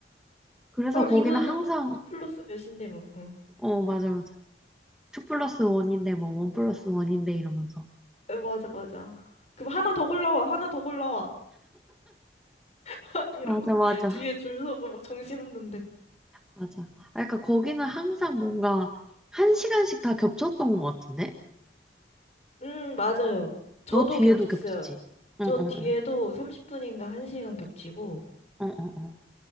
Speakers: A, in the centre; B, on the left.
A: 그래서
B: 어
A: 거기는
B: 이거는
A: 항상,
B: 뭐 투 플러스 몇인데 뭐 응.
A: 어, 맞아, 맞아. 2 플러스 1인데, 뭐, 1 플러스 1인데 이러면서.
B: 에, 맞아 맞아 그럼 하나 더 골라와 하나 더 골라와 <laughs> 막 이러고
A: 맞아, 맞아.
B: 뒤에 줄 서고 막 정신없는데
A: 맞아. 아, 그러니까 거기는
B: 음,
A: 항상 뭔가 한 시간씩 다 겹쳤던 것 같은데?
B: 음 맞아요 저도
A: 너 뒤에도
B: 겹쳤어요
A: 겹쳤지? 응,
B: 저 뒤에도
A: 응, 응.
B: 30분인가 1시간 겹치고,
A: 응, 응, 응.